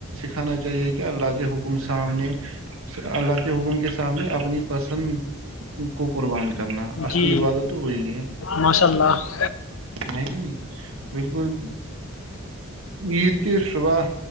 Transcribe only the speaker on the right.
کانا چاہیے کہ کہ اللہ کے حکم سامنے اللہ کے حکم کے سامنے اپنی پسند <unintelligible> کرنا اصلی
عبادت تو وہی نہیں ہے
ہے کہ نہیں بالکل عید کے صبح